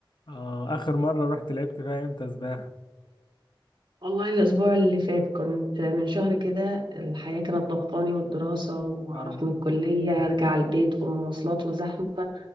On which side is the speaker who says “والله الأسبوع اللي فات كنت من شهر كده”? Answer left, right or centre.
Right